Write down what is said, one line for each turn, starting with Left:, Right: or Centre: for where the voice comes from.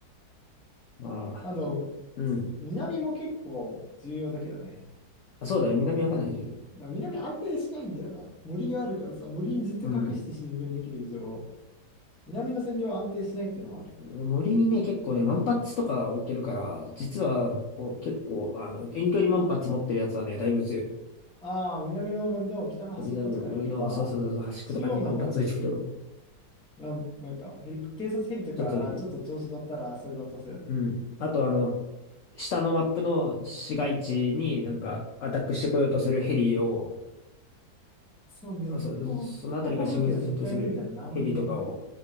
Left: ああ、
Centre: あと、
Left: ちょ、うん。
Centre: 南も結構重要だけどね。
Left: あ、そうだね。南アカナイ
Centre: 南安定しないんだよな。森があるからさ、森にずっと隠して進軍できる以上、
Left: うん。
Centre: 南の占領は安定しないっていうのもある。
Left: 森にね、結構ね、万発とか置けるから、実はこう結構、あの、遠距離万発持ってるやつはね、だいぶ強い。
Centre: ああ、南の森の北の端っことかに置けば、
Left: 南の森の、そうそうそう、そう端っことかに万発置いておくと、
Centre: 中央の方に、なんなんかヘリ、偵察ヘリとかがちょっと調子乗ったら、
Left: ちょっとできる。
Centre: それで落とせるね。
Left: うん。あと、あの、下のマップの市街地になんかアタックしてこようとするヘリを、
Centre: そうね、
Left: あ、そ、
Centre: ここ、
Left: そのあたりから進軍させようとするヘリとかを、
Centre: ここ航空機は絶対無理だね。何も見えないから。